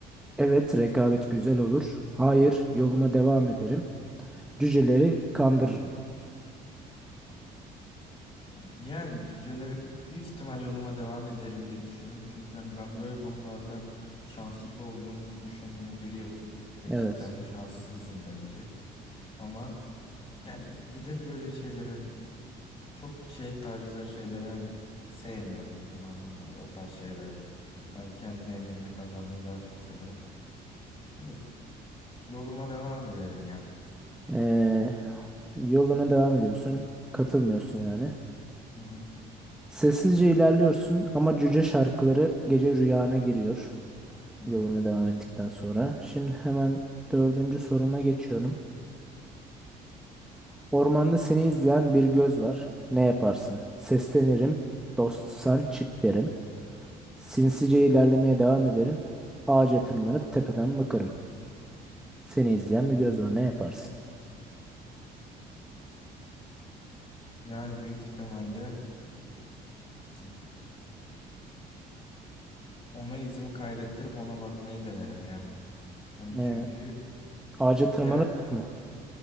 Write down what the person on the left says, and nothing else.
Yani cüceleri büyük ihtimal yoluma devam ederim diye düşünüyorum. Çünkü hani ben böyle konularda şanssız olduğumu düşündüğümü biliyorsun. Ve
cidden de şanssızım bence. Ama yani bir de böyle şeyler hani Çok şey tarzı şeyleri hani sevmiyorum. Kumar mumar o tarz şeyleri. Hani kendi emeğimle kazanmayı daha çok severim. Hani yoluma devam ederim ya.
Hı
hı hı.
hı hı.
Yani büyük ihtimalle ki- ona izimi kaybettirip ona bakmayı denerim ya. Yani
çünkü
eğer